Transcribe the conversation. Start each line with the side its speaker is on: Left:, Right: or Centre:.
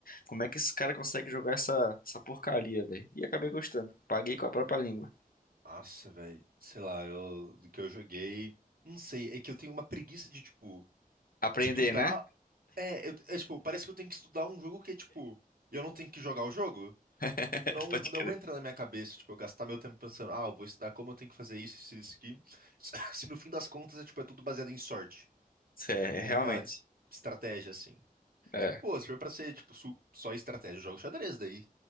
Left: como é que esse cara consegue jogar essa, essa porcaria, velho? E acabei gostando. Paguei com a própria língua.
Right: Nossa, velho. Sei lá, eu, do que eu joguei. Não sei, é que eu tenho uma preguiça de, tipo,
Left: Aprender,
Right: estudar.
Left: né?
Right: É, eu- é, tipo, parece que eu tenho que estudar um jogo que é, tipo, eu não tenho que jogar o jogo.
Left: <laughs>
Right: Tipo, não,
Left: Pode
Right: não
Left: crer.
Right: entra na minha cabeça, tipo, eu gastar meu tempo pensando, ah, eu vou estudar como eu tenho que fazer isso, isso, isso aqui. <laughs> Se no fim das contas é, tipo, é tudo baseado em sorte.
Left: É,
Right: Ou
Left: realmente.
Right: numa es- estratégia, assim.
Left: É.
Right: Pô, se for pra ser, tipo, su- só estratégia, eu jogo xadrez daí.